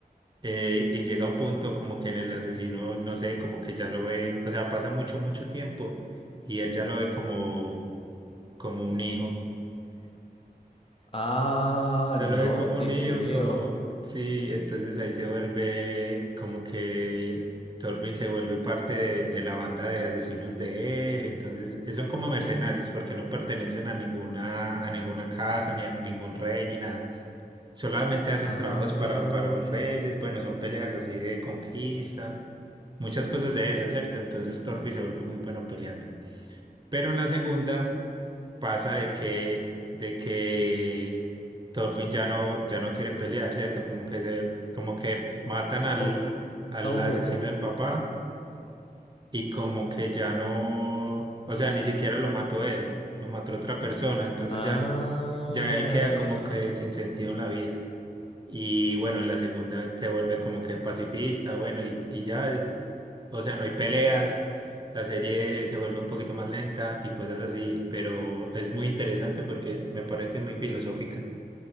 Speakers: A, on the right; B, on the left.
A: Eh, y llega un punto como que en el asesino, no sé, como que ya lo ve, o sea, pasa mucho, mucho tiempo y él ya lo ve como, como un hijo.
B: ah,
A: Ya
B: no
A: lo ve como
B: te
A: un hijo,
B: creo.
A: como, sí, entonces ahí se vuelve como que Torvin se vuelve parte de, de la banda de asesinos de él, entonces eh, son como mercenarios porque no pertenecen a ninguna, a ninguna casa, ni a ningún rey, ni nada solamente hacen
B: Ah,
A: trabajos para, para los reyes, bueno, son peleas así de conquista, muchas cosas de esas, ¿cierto? Entonces Torfi se vuelve muy bueno peleando. Pero en la segunda pasa de que, de que Thorfinn ya no, ya no quiere pelear, ¿cierto? Como que se, como que matan al,
B: oh,
A: al
B: se aburrió,
A: asesino
B: pues.
A: del papá y como que ya no, o sea, ni siquiera lo mató él, lo mató otra persona, entonces
B: Ah.
A: ya, ya él queda como que sin sentido en la vida. Y bueno, en la segunda se vuelve como que pacifista, bueno, y, y ya es, o sea, no hay peleas, la serie se vuelve un poquito más lenta y cosas así, pero es muy interesante porque es- me parece que es muy filosófica.